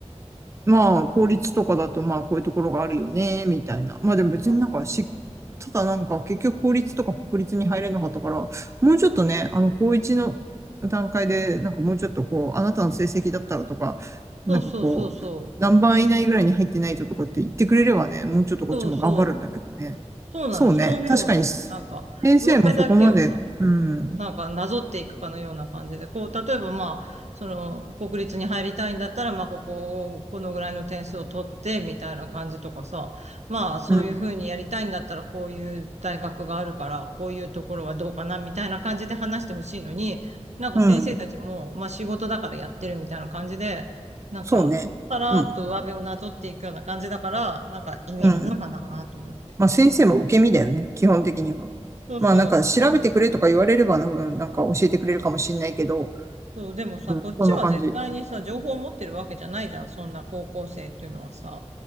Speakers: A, on the right; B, on the right.
A: まあ、公立とかだと、まあ、こういうところがあるよね、みたいな。まあ、でも別になんかし、
B: ああ。
A: ただなんか、結局公立とか国立に入れなかったから、もうちょっとね、あの、高一の段階で、なんかもうちょっとこう、あなたの成績だったらとか、
B: そうそうそうそう。
A: なんかこう、何番以内ぐらいに入ってないととかって言ってくれればね、もうちょっとこっちも頑張るんだけどね。
B: そうそう。そうなの、
A: そうね、
B: そう思うよ。
A: 確かに、先生もそこまで、
B: なんか、上辺だけをさ、
A: うん、
B: なんかなぞっていくかのような感じで、こう、例えばまあ、その、国立に入りたいんだったら、まあ、ここを、このぐらいの点数を取って、みたいな感じとかさ、まあ、そういうふうにやりたいんだったら、
A: うん、
B: こういう大学があるから、こういうところはどうかな、みたいな感じで話してほしいのに、なんか先生たちも、
A: うん。
B: まあ、仕事だからやってるみたいな感じで、なんか、
A: そうね。
B: さらーっと上辺をなぞっていくような感じだから、
A: うん。
B: なんか意味あんのかなと思って。
A: うん。まあ先生も受け身だよね。基本的には。
B: そうそう。
A: まあなんか調べてくれとか言われれば、ななんか教えてくれるかもしれないけど、
B: そう、でもさ、
A: うん、
B: こっちは絶対にさ、
A: そんな感じ。
B: 情報を持ってるわけじゃないじゃん、そんな高校生っていうのはさ。